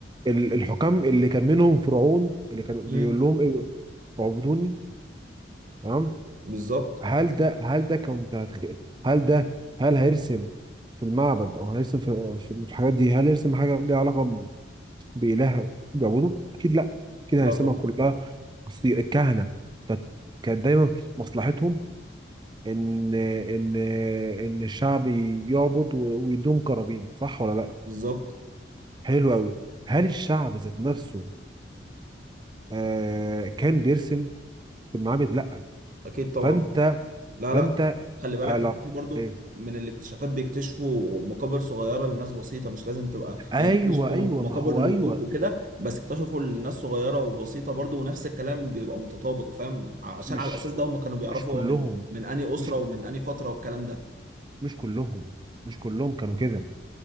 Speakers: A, on the right; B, on the right.
A: ال... الحكام اللي كان منهم فرعون اللي كانوا بيقول
B: امم
A: لهم إيه، اعبدوني تمام
B: بالظبط
A: هل ده هل ده كنت هتخ... هل ده هل هيرسم في المعبد او هيرسم في في الحاجات دي هل يرسم حاجه ليها علاقه بإلهها بيعبدوا أكيد لأ كده
B: لا
A: هيسمع
B: طبعا
A: كلها أصل الكهنة كانت كانت دايما مصلحتهم إن إن إن الشعب يعبد و- ويدوم كرابين صح ولا لأ؟
B: بالظبط
A: حلو أوي هل الشعب ذات نفسه آه كان بيرسم في المعابد؟ لأ
B: اكيد طبعا
A: فأنت
B: لا
A: فأنت
B: لا خلي بالك
A: على
B: انت في برضو
A: إيه؟
B: من الاكتشافات بيكتشفوا مقابر صغيره لناس بسيطه مش لازم تبقى
A: أيوه
B: يعني اكتشفوا
A: أيوه
B: م- مقابر
A: ما هو
B: لملوك
A: أيوه
B: وكده بس اكتشفوا لناس صغيره وبسيطه برضو ونفس الكلام بيبقى متطابق فاهم عشان
A: مش
B: على الاساس ده هم كانوا بيعرفوا
A: مش كلهم
B: هو من من انهي اسره
A: مش ك-
B: ومن انهي فتره والكلام ده
A: مش كلهم مش كلهم كانوا كده